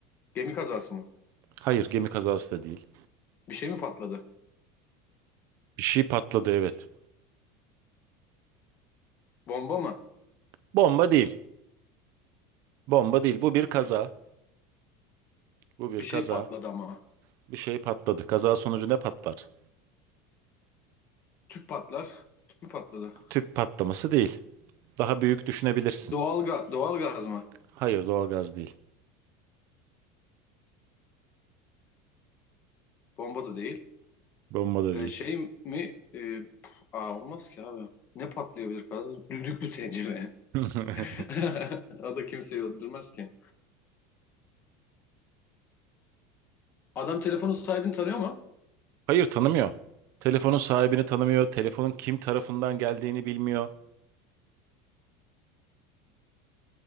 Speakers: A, on the left (about 35°); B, on the right (about 50°).
A: Gemi kazası mı?
B: Hayır, gemi kazası da değil.
A: Bir şey mi patladı?
B: Bir şey patladı evet.
A: Bomba mı?
B: Bomba değil. Bomba değil. Bu bir kaza. Bu bir
A: Bir şey
B: kaza.
A: patladı ama.
B: Bir şey patladı. Kaza sonucu ne patlar?
A: Tüp patlar. Tüp mü patladı?
B: Tüp patlaması değil. Daha büyük düşünebilirsin.
A: Doğal, ga- doğal gaz mı?
B: Hayır doğalgaz değil.
A: Bomba da değil.
B: Bomba da
A: Ee,
B: değil.
A: şey mi? Ee, aa, olmaz ki abi. Ne patlayabilir kardeşim? Düdüklü tencere. <laughs>
B: <laughs>
A: O da kimseyi öldürmez ki. Adam telefonun sahibini tanıyor mu?
B: Hayır tanımıyor. Telefonun sahibini tanımıyor. Telefonun kim tarafından geldiğini bilmiyor.